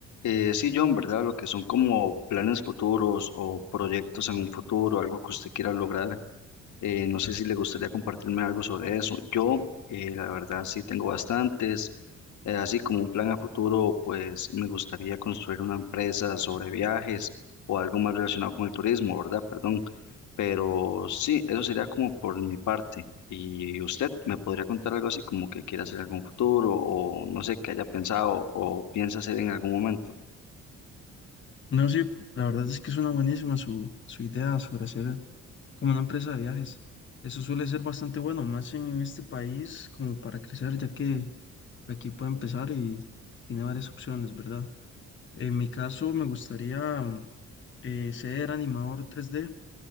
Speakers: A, on the left (about 70°); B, on the left (about 40°).
A: Eh, sí, John, ¿verdad? Lo que son como planes futuros o proyectos en un futuro, algo que usted quiera lograr. Eh, no sé si le gustaría compartirme algo sobre eso. Yo, eh, la verdad, sí tengo bastantes. Eh, así como un plan a futuro, pues me gustaría construir una empresa sobre viajes o algo más relacionado con el turismo, ¿verdad? Perdón. Pero sí, eso sería como por mi parte. ¿Y usted me podría contar algo así como que quiera hacer en algún futuro o no sé, que haya pensado o piensa hacer en algún momento?
B: No, sí, la verdad es que suena buenísima su, su idea sobre hacer como una empresa de viajes. Eso suele ser bastante bueno, más en este país como para crecer, ya que aquí puede empezar y tiene varias opciones, ¿verdad? En mi caso me gustaría mm, eh, ser animador tres d